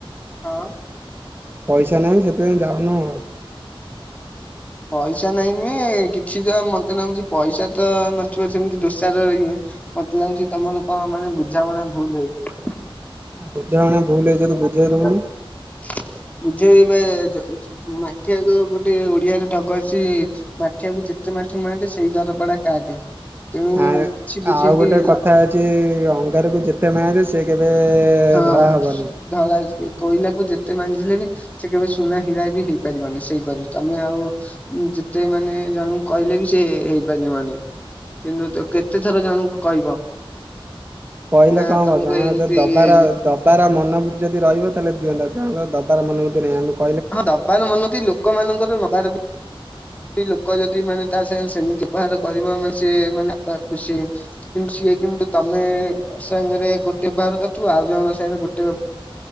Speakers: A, on the left (about 15°); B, on the right (about 25°).
A: ହଁ।
B: ପଇସା ନାହିଁ ସେଥିପାଇଁ ଯାଉନୁ ଆଉ।
A: ପଇସା ନାଇଁ ନୁହେଁ କିଛି ତ ମତେ ନାଗୁଛି ପଇସା ତ ନଥିବ ସେମତି ଦୋଷାର ଇଏ ମତେ ଲାଗୁଛି ତମର କଣ ମାନେ ବୁଝାମଣା ଭୁଲ ହେଇଚି।
B: ବୁଝାମଣା ଭୁଲ ହେଇଚି ଯଦି ବୁଝେଇ
A: <inaudible>
B: ଦଉନୁ
A: ବୁଝେଇବେ ଯ ମାଠିଆଗ ଗୋଟେ ଓଡିଆ ଢଗ ଅଛି ମାଠିଆକୁ ଯେତେ ମାଠିବୁ ମାଠେ ସେଇ ଦର ପଡା କାଠେ। ତେଣୁ
B: ଆ
A: କିଛି ବୁଝେଇକି
B: ଆଉ ଗୋଟେ
A: ଲାଭ
B: କଥା ଅଙ୍ଗାରକୁ ଯେତେ ମଜେ ସେ କେବେ
A: ହଁ
B: ଧଳା ହବନି।
A: ଧଳା କୋଇଲାକୁ ଯେତେ ମାଜିଲେ ବି ସେ କେବେ ସୁନା ହୀରା ବି ହେଇପାରିବନି ସେଇପାରି ତମେ ଆଉ ଯେତେ ମାନେ ଜଣଙ୍କୁ କହିଲେ ବି ସେ ହେ ହେଇପାରିବନି। କିନ୍ତୁ ତ କେତେ ଥର ଜଣଙ୍କୁ କହିବ
B: କହିଲେ
A: ନା
B: କଣ ହବ
A: ତମକୁ
B: ଜଣଙ୍କ
A: ଏମିତି
B: ଯଦି ଦବାର
A: ଇଏ
B: ଦବାର ମନଭୂତି ଯଦି ରହିବ ତାହେଲେ ଦିଅନ୍ତା ଜଣଙ୍କର ଦବାର ମନୋଭୂତି ନାହିଁ ଆମେ କ
A: ହଁ ଦବାର ମନଛି ଲୋକମାନଙ୍କର ନବାର ବି ଲୋକ ଯଦି ମାନେ ତା ସାଙ୍ଗେ ସେମତି ବ୍ୟବହାର କରିବ ମାନେ ସିଏ ମାନେ ଖୁସି କିନ୍ତୁ ସିଏ କିନ୍ତୁ ତମେ ସାଙ୍ଗରେ ଗୋଟେ ବ୍ୟବହାର କରିଥିବ ଆଉ ଜଣ ସାଙ୍ଗରେ ଗୋଟେ ବ୍ୟ